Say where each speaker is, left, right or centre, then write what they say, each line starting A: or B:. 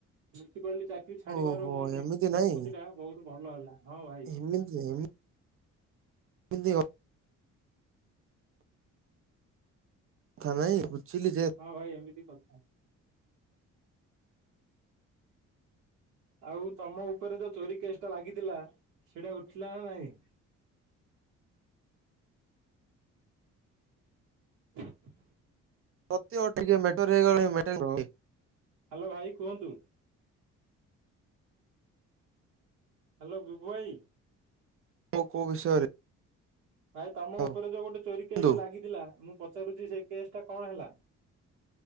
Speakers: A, on the right; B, on the right.
A: ସେଥିପାଇଁ ଚାରି ଚାକିରି ଛାଡିବାର
B: ଓହୋ
A: ମୋର ନିପ୍
B: ଏମିତି ନାଇଁ
A: ନିଷ୍ପତ୍ତିଟା ବହୁତ ଭଲ ହେଲା। ହଁ ଭାଇ
B: ଏମିତି ଏମିତି <unintelligible> କଥା ନାଇଁ ବୁଝିଲି ଯେ
A: ହଁ ଭାଇ ଏମିତି କଥା। ଆଉ ତମ ଉପରେ ଯୋଉ ଚୋରି କେଶ୍ ଟା ଲାଗିଥିଲା ସେଇଟା ଉଠିଲା ନା ନାହିଁ? <inaudible>
B: <unintelligible>
A: ହାଲୋ ଭାଇ କୁହନ୍ତୁ। ହାଲୋ ବିଭୁ ଭାଇ
B: ମୁଁ କୋଉ ବିଷୟରେ
A: ଭାଇ ତମ
B: ହଉ
A: ଉପରେ ଯୋଉ ଗୋଟେ ଚୋରି କେଶ୍
B: ବନ୍ଧୁ।
A: ଟି ଲାଗିଥିଲା ମୁଁ ପଚାରୁଛି ସେ କେଶ୍ ଟା କଣ ହେଲା?